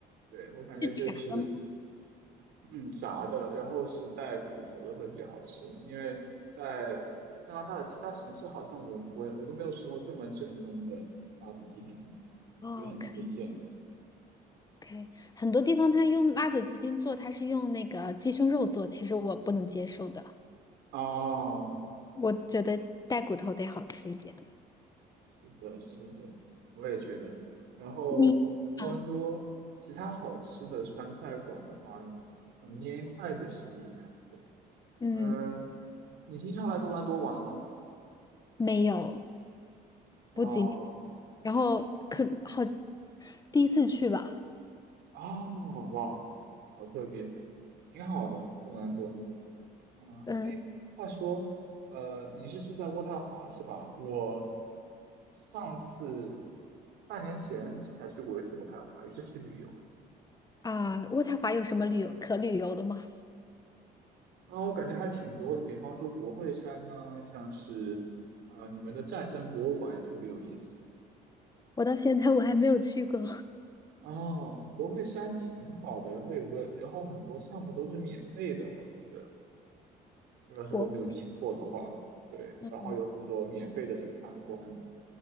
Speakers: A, on the right (about 80°); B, on the left (about 20°).
A: 对，我感觉就是
B: 是炸的吗？
A: 嗯炸的，然后是带骨头的会比较好吃，因为在加拿大的其他城市好像我我我都没有吃过这么正宗的辣子鸡丁。
B: 哦，
A: 也很推荐。
B: 可以可以。很多地方他用辣子鸡丁做，他是用那个鸡胸肉做，其实我不能接受的。
A: 哦，
B: 我觉得带骨头得好吃一点。
A: 是的，是的，我也觉得。然后多伦多其他好吃的川菜馆的话，
B: 你，嗯
A: 嗯，捏一筷子试一下。对，
B: 嗯，
A: 嗯，你经常来多伦多玩吗？
B: 没有，
A: 哦，
B: 不仅。然后可好，第一次去吧，
A: 哦，哇，好特别，挺好的，多伦多。啊，
B: 嗯
A: 哎，话说，呃，你是住在渥太华是吧？我上次半年前才去过一次渥太华，也是去旅游。
B: 啊，渥太华有什么旅游可旅游的吗？
A: 啊，我感觉还挺多的，比方说国会山呢，像是呃你们的战争博物馆也特别有意思。
B: 我到现在我还没有去过
A: 哦，国会山挺好的，然后有个，然后很多项目都是免费的，我记得，
B: <laughs>
A: 如果是我没有记错的话，
B: 国，
A: 对，
B: 嗯
A: 然后有很多免费的参观，